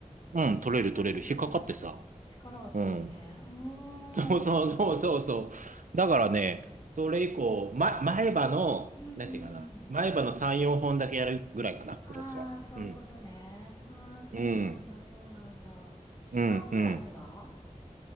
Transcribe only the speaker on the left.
それは確かにちょっと
力は強いね。
うーん。
うん
うんう
ん。
ああ、
そういうことね。
ああ、そうなんだ、
そうなんだ。歯間ブラシは